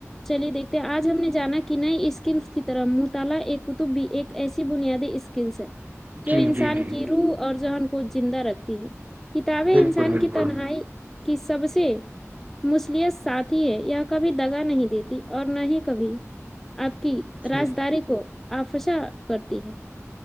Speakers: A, in the centre; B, on the right (about 35°).
A: چلی دیکھے آج ہم نے جانا کہ نہیں اسکل <unintelligible> کی طرح من تالا ایک قطب بھی ایک ایسی بنیادی اس اسکلس ہے <unintelligible>
B: جی
A: جو انسان
B: جی جی
A: کی روح اور جو کو زندہ رکھتی ہے <unintelligible> کتابیں
B: بالکل
A: انسان
B: بالکل
A: کی تنہائی کی <unintelligible> سب سے مصلت ساتھی ہے یہ کبھی دگا نہیں دیتی اور نہ ہی کبھی آب <unintelligible> کی راجداری
B: جی
A: کو <unintelligible> آفشاں کرتی ہے <unintelligible>